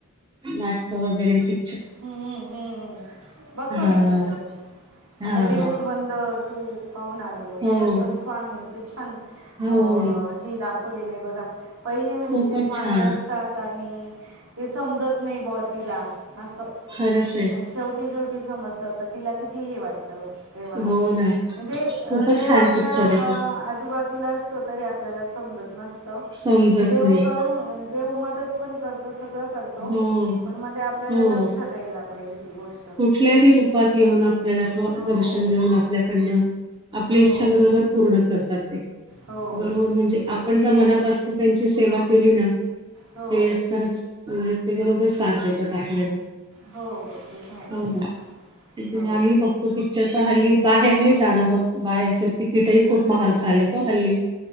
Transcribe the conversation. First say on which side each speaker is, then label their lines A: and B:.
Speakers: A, on the right; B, on the right.
A: नाटक वगैरे ती
B: हम्म हम्म हम्म, बघतो
A: हां.
B: ना पिक्चर
A: हां,
B: आता देऊळ
A: हां.
B: बंद टू पाहून आलो
A: हो,
B: त्याच्यात पण स्वामींच छान,
A: हो.
B: अ हे दाख वलेलं आहे बघा, पहिले म्हणजे
A: खूपच
B: ते स्वामी
A: छान.
B: असतात आणि ते समजत नाही बॉ तिला असं
A: खरच आहे
B: शेवटी शेवटी समजतं तर तिला किती हे वाटतं. तेव्हा,
A: हो ना.
B: म्हणजे
A: खूपच
B: देव
A: छान
B: आपल्या
A: पिक्चर
B: अ
A: आहे तो.
B: आजूबाजू <inaudible> असतो तरी आपल्याला समजत नसत आणि
A: समजत
B: देव
A: नाही.
B: करून अन देव मदत पण करतो सगळं करतो,
A: हो,
B: पण मग ते आपल्याला
A: हो.
B: लक्षात यायला पाहिजे ती गोष्ट.
A: कुठल्याही रूपात येऊन आपल्याला तो
B: हो
A: दर्शन देऊन आपल्याकडनं आपली
B: हो
A: इच्छा बरोबर पूर्ण करतात ते,
B: हो
A: बरोबर म्हणजे
B: ते तर आहे.
A: आपण जर मनापासुन त्यांची सेवा केली ना, ते
B: हो
A: खरंच म्हणजे ते बरोबर साथ देतात आपल्याला.
B: हो ते तर आहेच
A: हो ना, ते तुम्ही-आम्ही
B: हो
A: ही बघ तो पिक्चर पण हल्ली बाहेर नाही जाणं होत, बाहेरच तिकीटही खूप महाग
B: हो
A: झालेत ओ हल्ली.